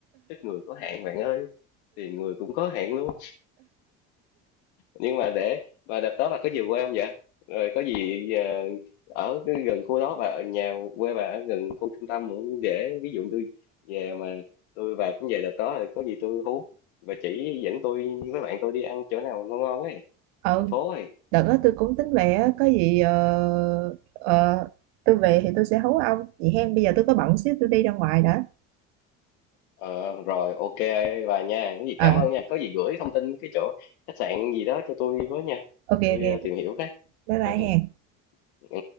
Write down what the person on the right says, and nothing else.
Ờ,
đợt đó tôi cũng tính về á, có gì ờ, ờ, tôi về thì tôi sẽ hấu ông. Vậy hen, bây giờ tôi có bận xíu tôi đi ra ngoài đã.
Ờ,
ok
ok,
bye
bye
hen.